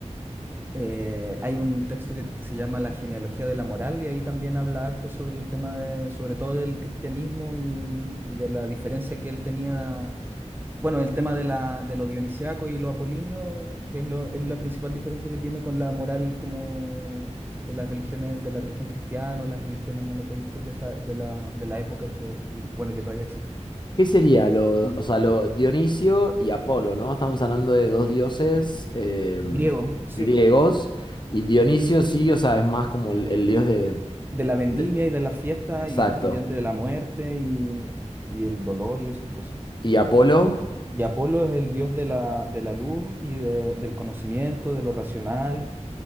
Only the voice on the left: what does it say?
¿Qué sería lo,
o sea, lo Dionisio y Apolo, ¿no? Estamos hablando de dos dioses eh,
griegos y Dionisio sí, o sea, es más como el, el dios de,
de-
Exacto.
¿Y Apolo?